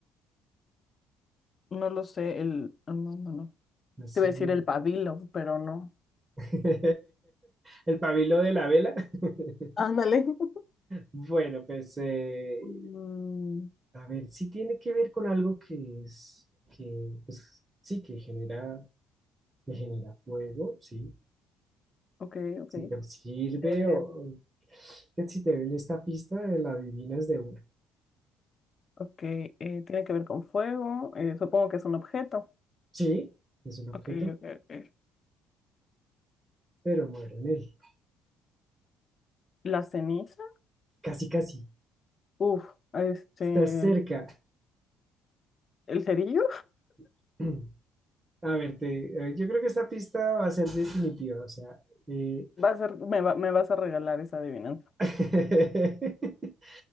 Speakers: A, on the left; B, on the right.
A: No lo sé, el... ah, No, no, no.
B: Así
A: Te iba
B: no.
A: a decir el pabilo, pero no.
B: <laughs> El pabilo de la vela. <laughs>
A: Ándale. <laughs>
B: Bueno, pues eh,
A: Mm,
B: a ver, sí tiene que ver con algo que es, que pues, sí, que genera, que genera fuego, sí.
A: ok, ok.
B: Si te sirve
A: Eh,
B: o, o- que si te ven esta pista, eh, la adivinas de una.
A: ok, eh, tiene que ver con fuego. eh, supongo que es un objeto.
B: Sí, es un objeto,
A: Ok, ok, ok.
B: pero muero en él.
A: La ceniza.
B: Casi, casi.
A: Uf, este.
B: Estás cerca.
A: El cerillo.
B: <clears throat> A ver, te- eh, yo creo que esta pista va a ser definitiva, o sea, eh,
A: Va a ser, me va- me vas a regalar esa adivinanza.
B: <laughs>